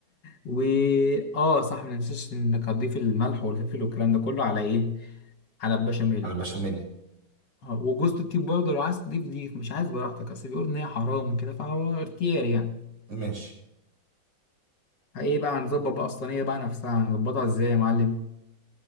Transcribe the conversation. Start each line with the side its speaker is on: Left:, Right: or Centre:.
Left: و اه صح ما ننساش انك هتضيف الملح والفلفل والكلام ده كله على ايه على البشاميل
Right: على البشاميل
Left: اه وجوزة الطيب برضه لو عايز تضيف ضيف مش عايز براحتك اصل بيقول ان هي حرام وكده فهو اختيار يعني
Right: ماشي
Left: ايه بقى هنظبط بقى الصينيه بقى نفسها هنظبطها ازاي يا معلم